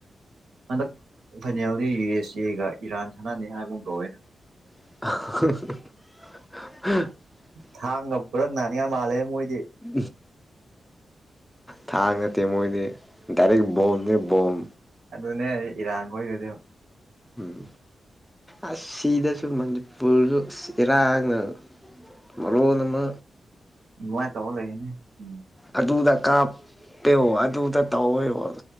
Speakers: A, on the right; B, in the centre.
A: ꯑꯗ ꯐꯅꯤꯎꯗꯤ ꯌꯨ ꯑꯦꯁ ꯁꯤꯒ ꯏꯔꯥꯟ ꯁꯥꯟꯅꯅꯤ ꯍꯥꯏꯒꯨꯝ ꯀꯧꯋꯦ
B: <unintelligible>
A: ꯊꯥꯡꯒꯨꯔꯒ ꯅꯅꯤ ꯃꯥꯜꯦ ꯃꯣꯏ
B: ꯎꯝ ꯊꯥꯡ ꯅꯠꯇꯦ ꯃꯣꯏꯗꯤ ꯗꯥꯏꯔꯦꯛ ꯕꯣꯝꯅꯦ ꯕꯣꯝ
A: ꯑꯗꯨꯅꯦ ꯑꯩ ꯏꯔꯥꯡꯈꯒꯗ
B: ꯎꯝ ꯑꯁ ꯁꯤꯗꯁꯨ ꯃꯅꯤꯄꯨꯔꯁꯨ ꯏꯔꯥꯡꯅ ꯃ ꯅ ꯑꯃ
A: ꯅꯨꯡꯉꯥꯏꯅ ꯇꯧꯧꯕ ꯂꯩꯒꯅꯦ ꯎꯝ
B: ꯑꯗꯨꯗ ꯀꯥꯞꯄꯦꯣ ꯑꯗꯨꯗ ꯇꯧꯑꯣꯣ <unintelligible>